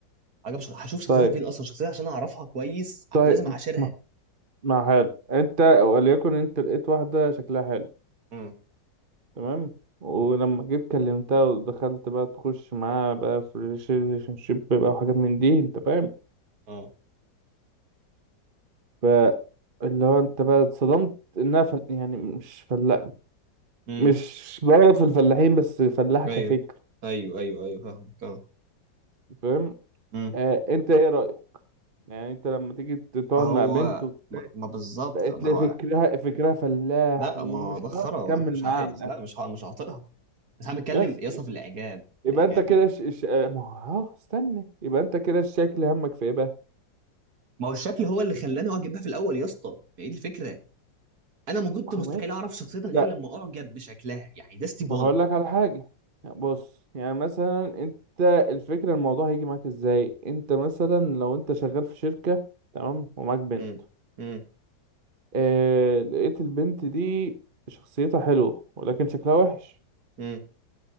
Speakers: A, on the right; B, on the right.
A: عجب شخ... هشوف شخصيتها
B: طيب
A: فين اصلا شخصيتها عشان اعرفها كويس ع-
B: طيب
A: لازم اعاشرها
B: ما, ما حلو انت وليكن انت لقيت واحده شكلها حلو
A: امم
B: تمام ولما جيت كلمتها ودخلت بقى تخش معاها بقى في ريليشن شيب بقى وحاجات من دي انت فاهم
A: اه
B: فاللي هو انت بقى اتصدمت انها فل... يعني مش فلاح
A: امم
B: مش بغلط في الفلاحين بس فلاح
A: ايوه
B: كفكر
A: ايوه ايوه ايوه فاهمك اه
B: فاهم
A: امم
B: آه انت ايه رأيك يعني انت لما تيجي تقعد
A: ما هو
B: مع بنت وتلاقي
A: ما, ما بالظبط ما
B: تلاقي
A: هو
B: فكرها فكرها فلاح
A: لا
B: ومش
A: ما هو ده
B: هتعرف
A: خرا
B: تكمل
A: ما- مش
B: معاها
A: عايز
B: من الاخر
A: لا مش ه... مش هعطيها بس انا بتكلم
B: بس
A: يا اسطى في الاعجاب في
B: يبقى
A: الاعجاب
B: انت كده
A: يعني
B: ش... ش... آه، ما هو آه، استنى يبقى انت كده الشكل همك في ايه بقى
A: ما هو الشكل هو اللي خلاني اعجب بيها في الاول يا اسطى هي دي الفكره انا ما كنت
B: ما
A: مستحيل
B: هو ماشي
A: اعرف شخصيتها غير
B: لا
A: لما اعجب بشكلها يعني ده ستيب
B: ما
A: 1
B: هقول لك على حاجة يعني بص يعني مثلا انت الفكرة الموضوع هيجي معاك ازاي انت مثلا لو انت شغال في شركة تمام ومعاك بنت
A: امم امم
B: اه... لقيت البنت دي شخصيتها حلوة ولكن شكلها وحش
A: امم